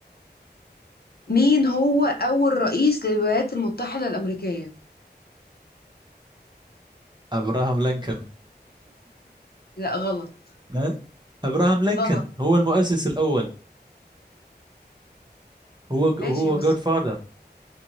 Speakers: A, on the left; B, on the right.
A: مين هو أول رئيس للولايات المتحدة الأمريكية؟
B: أبراهام لينكولن
A: لا غلط
B: لا أبراهام لينكولن
A: غلط
B: هو المؤسس الأول هو
A: ماشي
B: هو
A: هو بس
B: جود فادر